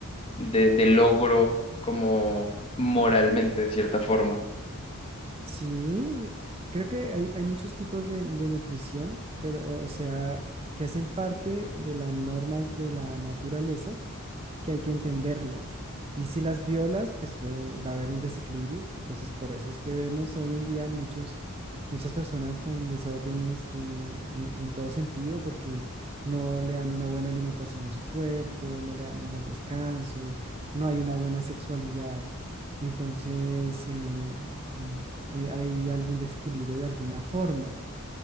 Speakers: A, on the left; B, on the right.
A: de, de logro, como moralmente, de cierta forma.
B: Sí, creo que hay, hay muchos tipos de, de nutrición, pero o sea, que hacen parte de las normas de la naturaleza que hay que entenderlas. Y si las violas, pues eh, va a haber un desequilibrio. Entonces, por eso es que vemos hoy en día muchos, muchas personas con desórdenes eh, en, en todo sentido, porque no le dan una buena alimentación a su cuerpo, no le dan un buen descanso, no hay una buena sexualidad. Entonces, eh, mm, eh, hay algún desequilibrio de alguna forma,